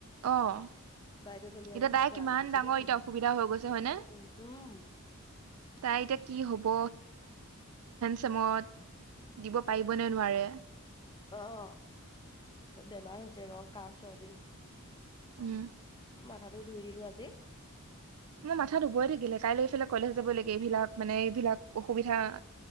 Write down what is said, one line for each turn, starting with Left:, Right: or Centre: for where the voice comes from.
Right: অ-এতিয়া
Left: বাইদেউজনীয়ে যে
Right: বাই
Left: বৰ বেয়া
Right: কিমান-
Left: লাগিছে
Right: ডাঙৰ
Left: দেই শুনি
Right: এটা অসুবিধা হৈ গৈছে হয়নে?
Left: উম উম
Right: তাই এটিয়া কি হ'ব! সময়ত দিব পাৰিব নে? নোৱাৰে-
Left: অ- বেমাৰ হৈছে ৰ- কাহ চৰ্দি।
Right: উম-
Left: মাথাটো ধুই দিলো আজি।
Right: মই মাথা ধুবই থাকিলে কাইলৈ ইফালে কলেজ যাব লাগে। এইবিলাক মানে এইবিলাক অসুবিধা-